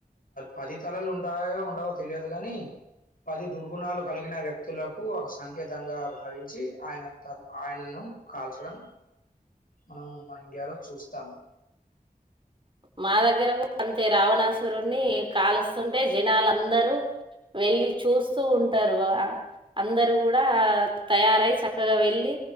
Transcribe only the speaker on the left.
పది తలలు ఉంటాయో ఉండవో తెలియదు గాని పది దుర్గుణాలు కలిగిన వ్యక్తులకు ఒక సంకేతంగా భావించి ఆయన తల్ ఆయనను కాల్చడం మనం మన ఇండియాలో చూస్తాము